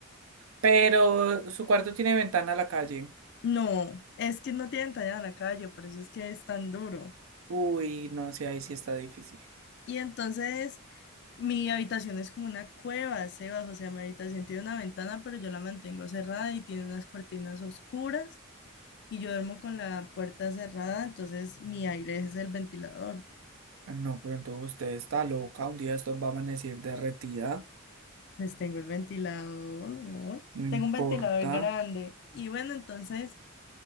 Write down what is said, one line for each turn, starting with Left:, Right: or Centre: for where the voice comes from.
Right: Pero su cuarto tiene ventana a la calle.
Left: No, es que no tienen talla en la calle, por eso es que es tan duro.
Right: Uy, no, sí, ahí sí está difícil.
Left: Y entonces mi habitación es como una cueva, Sebas, o sea, mi habitación tiene una ventana, pero yo la mantengo cerrada y tiene unas cortinas oscuras y yo duermo con la puerta cerrada, entonces mi aire es el ventilador.
Right: No, pero entonces usted está loca. Un día esto va a amanecer derretida.
Left: Pues tengo el ventilador, ¿no?
Right: No importa.
Left: Tengo un ventilador grande. Y bueno, entonces